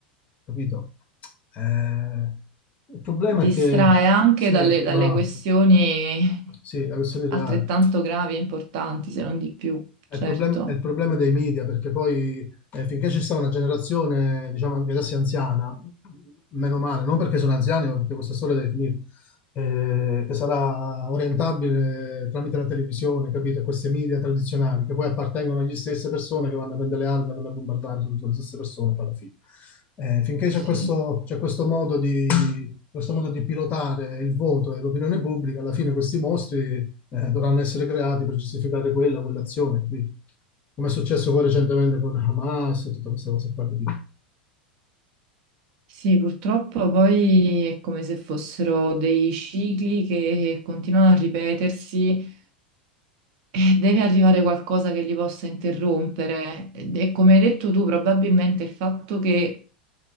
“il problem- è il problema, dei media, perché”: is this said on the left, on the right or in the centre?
Left